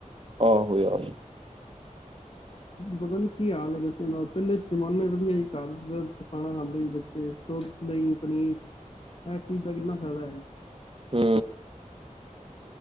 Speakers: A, on the right; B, on the left.
A: ਆਹੋ ਯਾਰ
B: ਪਤਾ ਨੀ ਕੀ ਹਾਲ ਹੈ ਬੱਚਿਆਂ ਨਾਲ ਪਹਿਲੇ ਜਮਾਨੇ ਵਧੀਆ ਸੀ ਘਰਦੇ ਖਾਣਾ ਖਾਂਦੇ ਸੀ ਬਚੇ ਦੁੱਧ ਦਹੀਂ ਪਨੀਰ ਇਹ ਚੀਜ਼ ਦਾ ਕਿੰਨਾ ਫਾਈਦਾ ਹੈ।
A: ਹੂ।